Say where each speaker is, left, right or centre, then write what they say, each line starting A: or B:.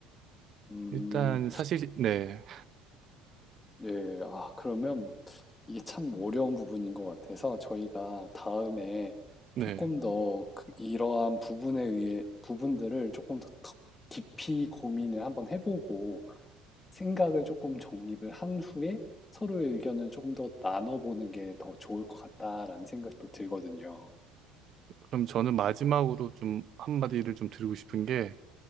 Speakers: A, on the left; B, on the right.
A: 음,
B: 일단 사실 네.
A: 네, 아, 그러면 이게 참 어려운 부분인 것 같아서 저희가 다음에
B: 네.
A: 조금 더 그- 이러한 부분에 의해 부분들을 조금 더, 더 깊이 고민을 한번 해보고 생각을 조금 정립을 한 후에 서로의 의견을 조금 더 나눠보는 게 더 좋을 것 같다라는 생각도 들거든요.
B: 그럼 저는 마지막으로 좀 한마디를 좀 드리고 싶은 게